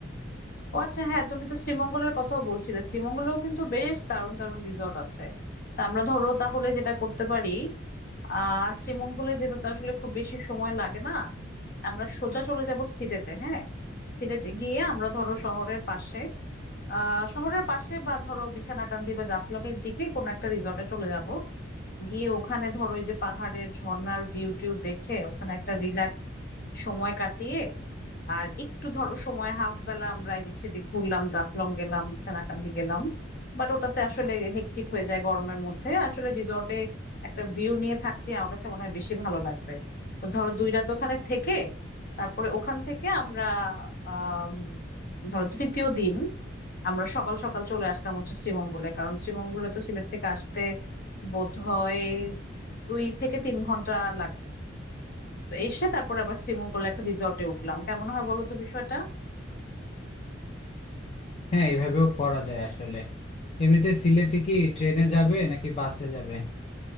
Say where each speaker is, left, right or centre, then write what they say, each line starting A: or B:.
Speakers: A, on the left; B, on the left.
A: ও আচ্ছা হ্যাঁ তুমি তো শ্রীমঙ্গলের কথাও বলছিলে শ্রীমঙ্গলেও কিন্তু বেশ দারুণ দারুণ রিসর্ট আছে তা আমরা ধরো তাহলে যেটা করতে পারি আহ শ্রীমঙ্গলে যেতে তো আসলে খুব বেশি সময় লাগে না আমরা সোজা চলে যাব সিলেটে হ্যাঁ সিলেটে গিয়ে আমরা ধরো শহরের পাশে আহ শহরের পাশে বা ধরো বিছানাকান্দি বা জাফলং এর দিকে কোনো একটা রিসর্টে চলে যাব গিয়ে ওখানে ধরো ওই যে পাহাড়ের ঝর্ণার ভিউ টিউ দেখে ওখানে একটা রিল্যাক্স সময় কাটিয়ে আর একটু ধরো সময় হাফ বেলা আমরা এদিক সেদিক ঘুরলাম জাফলং গেলাম সেনাকান্দি গেলাম বাট ওটাতে আসলে হেক্টিক হয়ে যায় গরমের মধ্যে আসলে রিসর্টে একটা ভিউ নিয়ে থাকতে আমার কাছে মনে হয় বেশি ভালো লাগবে তো ধরো দুই রাত ওখানে থেকে তারপরে ওখান থেকে আমরা আহ ধরো তৃতীয় দিন আমরা সকাল সকাল চলে আসলাম হচ্ছে শ্রীমঙ্গলে কারণ শ্রীমঙ্গলে তো সিলেট থেকে আসতে বোধ হয় দুই থেকে তিন ঘন্টা লাগবে তো এসে তারপরে আবার শ্রীমঙ্গলে একটা রিসর্টে উঠলাম কেমন হয় বলো তো বিষয়টা
B: হ্যাঁ এইভাবেও করা যায় আসলে এমনিতে সিলেটে কি ট্রেনে যাবে নাকি বাসে যাবে